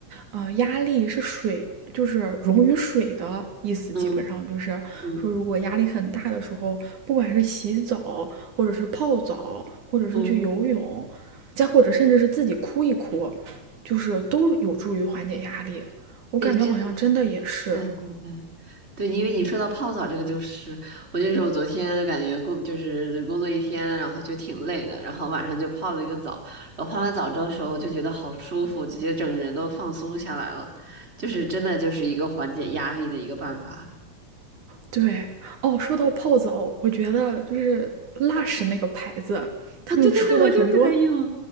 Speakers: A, on the right; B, on the right.
A: 呃，压力是水，就是溶于水的意思，
B: 嗯
A: 基本上就是说，
B: 嗯
A: 如果压力很大的时候，不管是洗澡，或者是泡澡，或者是去游泳，
B: 嗯，
A: 再或者甚至是自己哭一哭，就是都有助于缓解压力。我感觉好像真的也是，
B: 哎，真的是，嗯对对对，因为你说到泡澡这个，就是我就是我昨天感觉工就是工作一天，然后就挺累的，然后晚上就泡了一个澡，然后泡完澡之后的时候就觉得好舒服，直接整个人都放松下来了，就是真的就是一个缓解压力的一个办法。
A: 对哦。说到泡澡，我觉得就是 Lush 那个牌子，他们出的很多，
B: 哦，对对对，我就是在用。